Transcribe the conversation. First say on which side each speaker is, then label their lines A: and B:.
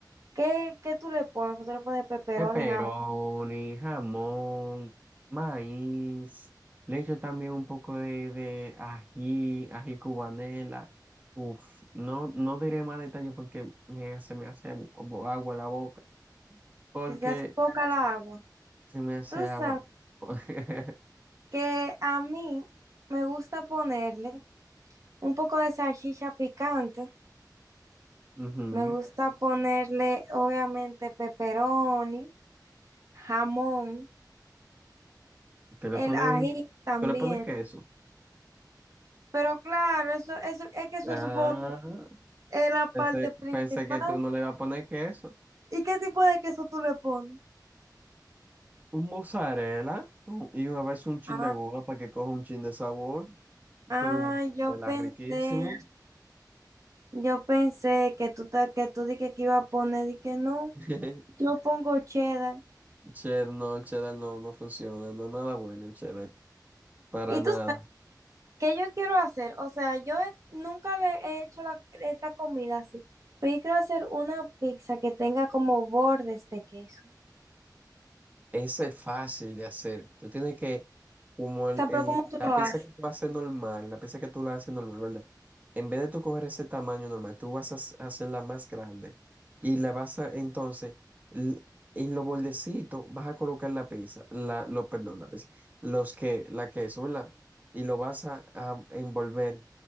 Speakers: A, on the right; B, on the right.
A: ¿qué, qué tú le pones? Tú le pones pepperoni,
B: Pepperoni,
A: jamón,
B: jamón, maíz, le echo también un poco de, de ají, ají cubanela. Uf, no, no diré más detalles porque me hace, me hace bu- bu- agua la boca, porque
A: si se hace poca la
B: se
A: agua.
B: se me hace
A: Tú
B: agua.
A: sabes
B: <laughs>
A: que a mí me gusta ponerle un poco de salchicha picante,
B: Ujú.
A: me gusta ponerle obviamente pepperoni, jamón,
B: Tú le pones,
A: el ají también.
B: tú le pones queso.
A: Pero claro, eso, eso, es que eso
B: Ah,
A: supongo es la
B: pensé,
A: parte principal.
B: pensé que tú no le ibas a poner queso.
A: ¿Y qué tipo de queso tú le pones?
B: Un mozzarella un- y una vez un chin
A: Ah,
B: de gouda para que coja un chin de sabor,
A: ah,
B: pero un
A: yo
B: mozzarella
A: pensé,
B: riquísimo.
A: yo pensé que tú, te- que tú dije que iba a poner, dije no,
B: <laughs>
A: yo pongo cheddar.
B: Cheddar, no, el cheddar no, no funciona, no es nada bueno el cheddar, para
A: ¿Y
B: nada.
A: tú sabes qué yo quiero hacer? O sea, yo he- nunca le he hecho la- esta comida así, pero yo quiero hacer una pizza que tenga como bordes de queso. O
B: Eso es fácil de hacer. Tú tienes que, como el,
A: sea,
B: el-
A: pero ¿cómo tú
B: la
A: lo
B: pizza
A: haces?
B: que tú haces normal, la pizza que tú la haces normal, ¿verdad? En vez de tú coger ese tamaño normal, tú vas a hac- hacerla más grande. Y la vas a, entonces, l- en los bordecitos vas a colocar la pizza, la, lo, perdón, la pizza, los que, la queso, ¿verdad? Y lo vas a, a envolver